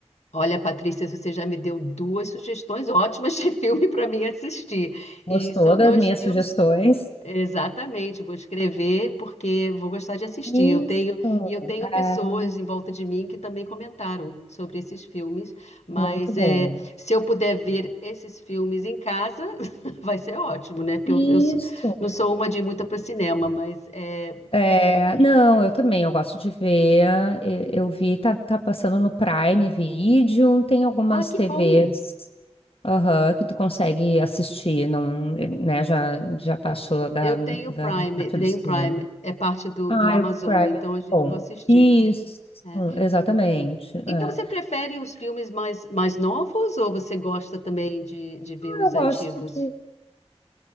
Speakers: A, on the left; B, on the left.
A: Olha, Patrícia, você já me deu duas sugestões ótimas de <laughs> filme para mim assistir. E
B: Gostou
A: são
B: das
A: dois
B: minhas
A: filmes
B: sugestões?
A: Exatamente, vou escrever porque vou gostar de assistir.
B: Isso.
A: Eu tenho, e eu tenho
B: Ah,
A: pessoas em volta de mim que também comentaram sobre esses filmes, mas
B: muito bom.
A: é, se eu puder ver esses filmes em casa, <laughs> vai ser ótimo, né? Porque
B: Isso.
A: eu, eu sou- não sou uma de ir muito para cinema, mas é...
B: É, não, eu também, eu gosto de ver. e- Eu vi, tá, tá passando no Prime Video, tem algumas
A: Ah, que
B: TVs,
A: bom!
B: aham, que tu consegue assistir, não, né, já, já passou da,
A: Eu
B: da,
A: tenho Prime,
B: da parte
A: tenho
B: do cinema.
A: Prime, é parte do,
B: Ah,
A: do Amazon,
B: o Prime
A: então
B: é muito
A: a gente
B: bom.
A: vai assistir.
B: Isso,
A: né?
B: exatamente. é.
A: Então você prefere os filmes mais, mais novos ou você gosta também de, de ver
B: Ah,
A: os
B: Eu gosto
A: antigos?
B: de.